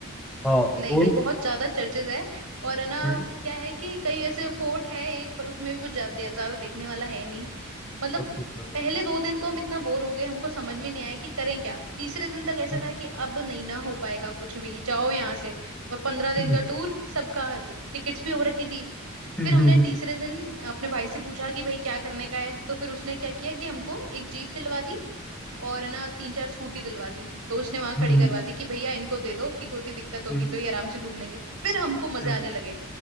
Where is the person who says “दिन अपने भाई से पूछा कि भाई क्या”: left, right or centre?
Right